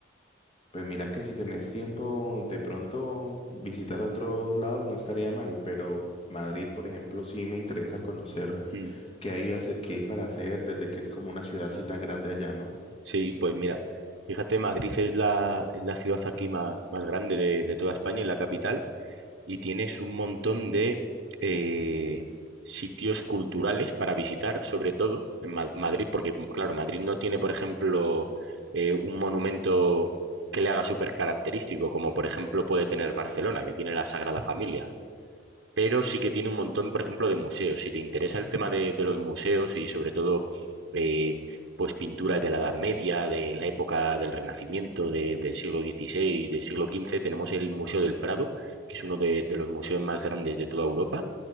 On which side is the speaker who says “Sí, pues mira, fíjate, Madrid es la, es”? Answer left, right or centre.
Right